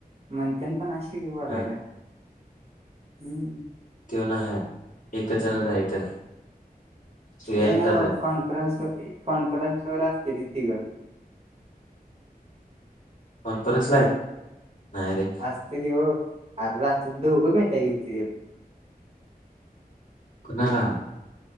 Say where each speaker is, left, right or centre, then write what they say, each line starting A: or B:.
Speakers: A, on the right; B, on the left.
A: मंथन पण असली की बोलायला
B: हा
A: हम्म
B: त्यो नाही हाय एकच जणच हाय इथं सुया
A: ए
B: एकटाच
A: ना
B: हाय.
A: कोण न कॉनफरन्स वर असते तिघं
B: कॉन्फरन्स ला आहेत नाही रे
A: असत रव अर रात्री दोघ मिेटगर्तियल
B: कणाला